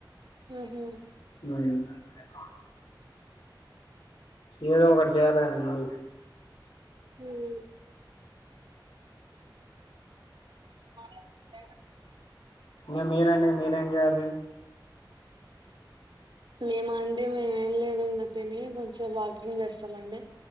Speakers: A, on the right; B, on the left.
A: హ్మ్
B: హమ్ అ ఏదో ఒకటి చేయాలి కదండి
A: హమ్ హ్మ్
B: ఇక మీరండి మీరు ఏం జాబ్
A: మేమ అండి మేమేం లేదు ఇంత తిని కొంచెం వాకింగ్ చేస్తాము అండి